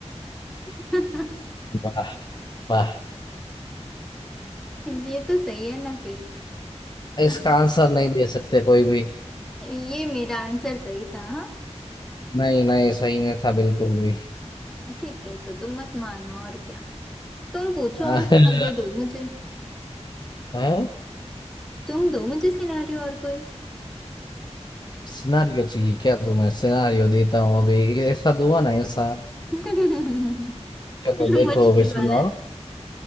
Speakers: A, in the centre; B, on the left.
A: <laughs>
B: वाह वाह
A: ये तो सही है ना फिर
B: इसका
A: हाँ,
B: आंसर नहीं दे सकते कोई भी
A: ये मेरा आंसर सही था हाँ
B: नहीं नहीं सही नहीं था बिल्कुल भी
A: ठीक है तो तुम मत मानो और क्या तुम पूछो
B: <laughs>
A: और सिनारियो दो मुझे
B: हैं
A: तुम दो मुझे सिनारियो और कोई
B: सिनारियो चाहिए क्या तुम्हें सिनारियो देता हूँ अभी ऐसा तो हुआ ना ऐसा
A: <laughs>
B: चलो देखो
A: मुश्किल
B: अभी सुनो
A: वाला